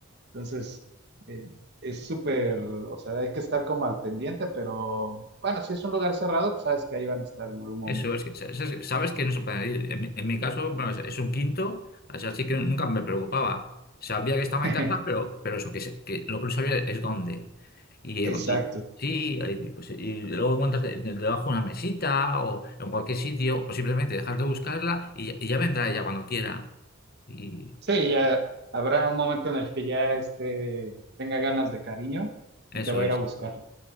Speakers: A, on the right (about 50°); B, on the left (about 45°).
A: Entonces, eh, es súper, o sea, hay que estar como al pendiente, pero bueno, si es un lugar cerrado, pues sabes que ahí van a estar en algún momento.
B: Eso es que sa- sa- sabes que no se puede ir. En, mi en mi caso, bueno, es es un quinto, así así que nunca me preocupaba. Sabía que estaba
A: <laughs>
B: en casa, pero, pero eso, que, se- que lo que no sabía es dónde. Y,
A: Exacto.
B: y- sí, y, pues, y luego encuentras de- de- debajo una mesita o en cualquier sitio, o simplemente dejar de buscarla y, ya y ya vendrá ella cuando quiera. Y
A: Sí, ya habrá un momento en el que ya este, tenga ganas de cariño
B: eso
A: y te va a
B: es.
A: ir a buscar.